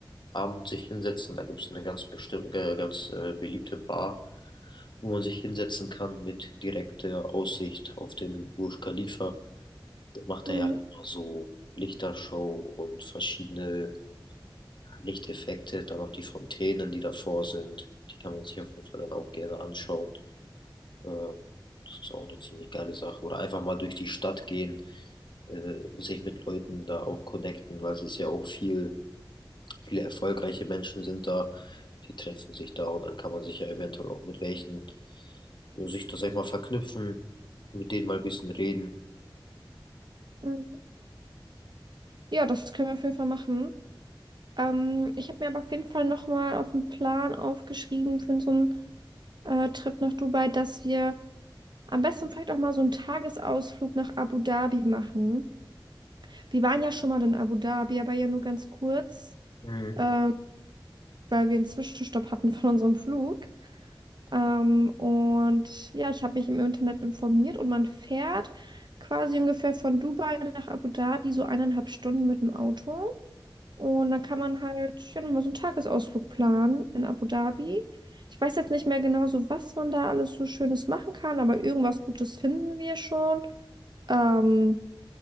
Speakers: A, on the left; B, on the right.
A: Abend sich hinsetzen. Da gibt es eine ganz bestimmte, ganz äh, beliebte Bar, wo man sich hinsetzen kann mit direkter Aussicht auf den Burj Khalifa. Der macht
B: Mhm.
A: da ja immer so Lichtershow und verschiedene ja, Lichteffekte, dann auch die Fontänen, die davor sind. Die kann man sich auf jeden Fall dann auch gerne anschauen. Äh, das ist auch eine ziemlich geile Sache. Oder einfach mal durch die Stadt gehen, äh, sich mit Leuten da auch connecten, weil es ist ja auch viel, viele erfolgreiche Menschen sind da, die treffen sich da und dann kann man sich ja eventuell auch mit welchen, ja, sich das sag ich mal, verknüpfen, mit denen mal ein bisschen reden.
B: Mhm. Ja, das können wir auf jeden Fall machen. Ähm, ich habe mir aber auf jeden Fall nochmal auf den Plan aufgeschrieben für so einen äh, Trip nach Dubai, dass wir am besten vielleicht auch mal so einen Tagesausflug nach Abu Dhabi machen. Wir waren ja schon mal in Abu Dhabi, aber ja nur ganz kurz.
A: Mhm.
B: Ähm, weil wir einen Zwischenstopp hatten von unserem Flug. Ähm, und ja, ich habe mich im Internet informiert und man fährt quasi ungefähr von Dubai nach Abu Dhabi so eineinhalb Stunden mit dem Auto. Und dann kann man halt ja nochmal so einen Tagesausflug planen in Abu Dhabi. Ich weiß jetzt nicht mehr genau so, was man da alles so Schönes machen kann, aber irgendwas Gutes finden wir schon. Ähm,